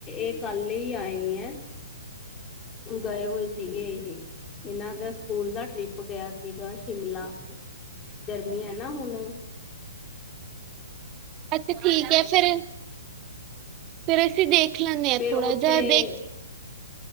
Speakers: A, on the left (about 20°); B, on the right (about 25°).
A: ਇਹ ਕੱਲ ਆਏ ਹੈ ਗਏ ਹੋਏ ਸੀਗੇ ਇਹ ਇਹਨਾਂ ਦਾ ਸਕੂਲ ਦਾ ਟ੍ਰਿਪ ਗਿਆ ਸੀਗਾ ਸ਼ਿਮਲਾ ਗਰਮੀ ਆ ਨਾ ਹੁਣ
B: ਅੱਛਾ ਠੀਕ ਹੈ ਫੇਿਰ ਫੇਰ ਅਸੀਂ ਦੇਖ ਲੈਂਦੇ ਹਾਂ
A: ਫਿਰ
B: ਥੋੜ੍ਹਾ
A: ਉੱਥੇ
B: ਜਿਹਾ ਦੇਖ